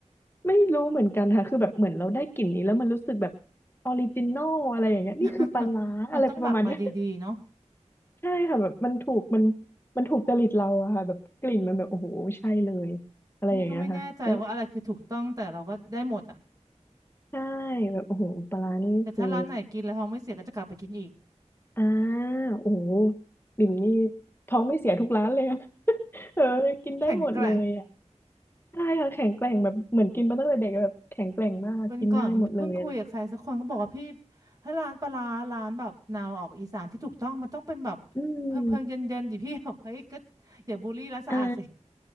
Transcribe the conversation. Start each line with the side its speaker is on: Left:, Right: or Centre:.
Left: ไม่รู้เหมือนกันค่ะคือแบบเหมือนเราได้กลิ่นนี้แล้วมันรู้สึกแบบออริจินอลอะไรอย่างเงี้ยนี่คือปลาร้าอะไรประมาณเนี้ย
Right: <laughs> มันต้องหมักมาดีๆเนาะ
Left: <laughs> ใช่ค่ะแบบมันถูกมันมันถูกจริตเราอะค่ะแบบกลิ่นมันแบบโอ้โหใช่เลยอะไรอย่างเงี้ยค่ะแล้ว
Right: นี่ก็ไม่แน่ใจว่าอะไรคือถูกต้องแต่เราก็ได้หมดอ่ะ
Left: ใช่แบบโอ้โหปลาร้านี่คือ
Right: แต่ถ้าร้านไหนกินแล้วท้องไม่เสียก็จะกลับไปกินอีก
Left: อ่าโอ้โหบิ่มนี่ท้องไม่เสียทุกร้านเลยอะ <laughs> เออกินได้หมดเลยอ่ะ
Right: แข็งแกร่ง
Left: ใช่ค่ะแข็งแกร่งแบบเหมือนกินมาตั้งแต่เด็กแบบแข็งแกร่งมากกินได้หมดเลยอะไร
Right: วันก่อนเพิ่งคุยกับใครสักคนก็บอกว่าพี่ถ้าร้านปลาร้าร้านแบบแนวออกอีสานที่ถูกต้องมันต้องเป็นแบบ
Left: อืม
Right: เพิงเพิงเย็นเย็นๆดิพี่แบบเฮ้ยก็อย่าบูลลี่ร้านสะอาดสิ
Left: อ่